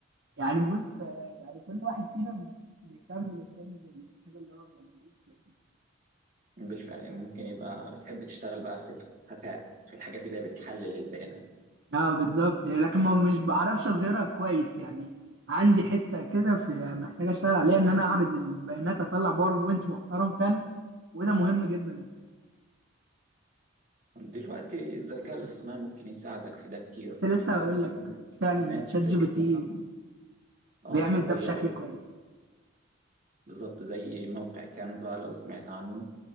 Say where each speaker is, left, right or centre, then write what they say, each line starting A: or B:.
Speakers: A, on the right (about 60°); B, on the right (about 40°).
A: يعني بص آه، يعني كل واحد فينا بيكمل التاني بالحاجه اللي هو بيعملها
B: بالفعل ممكن يبقى بتحب تشتغل بقى في الخفاء في الحاجات اللي هي بتحلل البيانات
A: اه بالظبط لكن ما مش بعرفش اظهرها كويس يعني عندي حته كده في محتاج اشتغل عليها ان انا اعرض البيانات اطلع باوربوينت محترم فعلا وده مهم جدا
B: دلوقتي الذكاء الاصطناعي ممكن يساعدك في ده كتير
A: كنت
B: يعني
A: لسه
B: أنت
A: هقول
B: بتدي
A: لك فعلا
B: البيانات
A: تشات جي بي
B: كلها
A: تي
B: اه
A: بيعمل
B: ويعرف
A: ده بشكل كويس
B: بالظبط زي موقع كانفا لو سمعت عنه